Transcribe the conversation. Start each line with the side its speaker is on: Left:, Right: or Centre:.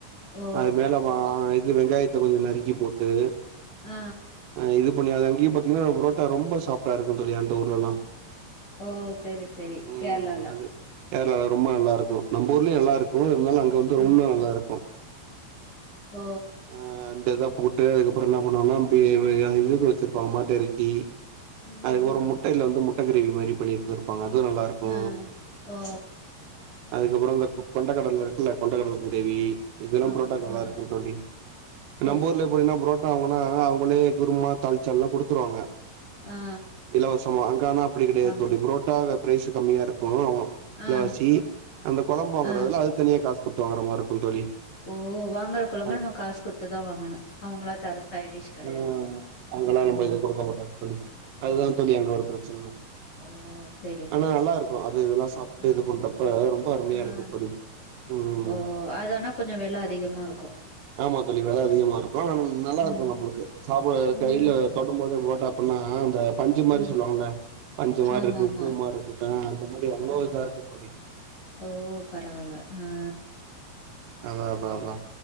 Left: ஓ
Right: அது மேல மா இது வெங்காயத்த கொஞ்சோ நறுக்கி போட்டு
Left: ஆ
Right: அ இது பண்ணி அது அங்கயே பாத்தீங்கன்னா புரோட்டா ரொம்ப சாப்டா இருக்கு தோழி அந்த ஊர்லல்லா
Left: ஓ செரி செரி
Right: ம்
Left: கேர்ளால
Right: அது கேரளால ரொம்ப நல்லாருக்கு நம்ப ஊர்லயு நல்லாருக்கு இருந்தாலு அங்க வந்து ரொம்ப
Left: ம்
Right: நல்லாருக்கு
Left: ஓ
Right: அ அந்த இத போட்டு அதுக்கப்றோ என்ன பண்ணுவாங்னா அப்டியே இதுக்கு வெச்சிருப்பாங்க மாட்டு இறச்சி
Left: ம்
Right: அதுக்கப்றோ முட்டைல
Left: ம்
Right: வந்து முட்ட கிரேவி மாரி பண்ணிரு இரு ப்பாங்க அது நல்லாருக்கு
Left: ஆ ஓ
Right: அதுக்கப்றோ இந்த கு கொண்ட கடல இருக்குல கொண்ட கடல கிரேவி இதெல்லா
Left: ஆமா
Right: புரோடாக்கு நல்லா
Left: ஆ
Right: இருக்கு தோழி
Left: செரி
Right: நம்ம ஊர்ல
Left: செரி
Right: எப்டின்னா
Left: செரி
Right: புரோட் என்ன ஆவுனா அவுங்களே குருமா தாளி்சல்லா குடுத்துருவாங்க
Left: ஆ
Right: இலவசமா அங்க ஆனா அப்டி கெடையாது
Left: ஆமா
Right: தோழி புரோட்டா பிரரைஸ் கம்மியா இருக்கு
Left: ஆ
Right: அ வசி அந்த குழம்ப வாங்கறதுல
Left: ஆ
Right: அது தனியா காசு கொடுத்து வாங்குற மாரி இருக்கு தோழி
Left: ஓ வாங்கற கொழம்ப
Right: அது
Left: நம்ம காசு கொடுத்துதா வாங்கணு அவங்களா தர சைடுடிஸ்கு
Right: அ அங்கல்லா ரொம்ப கொடுக்க மாட்டாங்க தோழி அதுதா
Left: ஆ ஓ
Right: தோழி அங்க ஒரு பிரச்சன
Left: ஓ செரி
Right: ஆனா
Left: செரி
Right: நல்லாருக்கு
Left: செரி
Right: அது இதுல சாப்ட்டு
Left: ஆ
Right: இது பண்றப்ப ரொம்ப அருமயா
Left: ஆ
Right: இருக்கு தோழி ம்
Left: ஓ அதனா கொஞ்சோ வெல அதிகமா இருக்கு
Right: ஆமா தோழி வெல அதிகமா இருக்கு ஆனா நல்லா இருக்கு
Left: ம்
Right: நம்மளுக்கு சாப்ட
Left: ம்
Right: கைல தொடும்போதே ப்ரோட அப்ன்னா அந்த பஞ்சு மாரி
Left: ம்
Right: சொல்வாங்கள பஞ்சு மாரி
Left: ஆமா
Right: இருக்கு
Left: ஆமா
Right: பூமாருக்கு அ அந்த மாரி அவ்ளோ
Left: அந்
Right: இதா இருக்கு தோழி
Left: ஓ பரவால ஆ
Right: அதா அதா அதா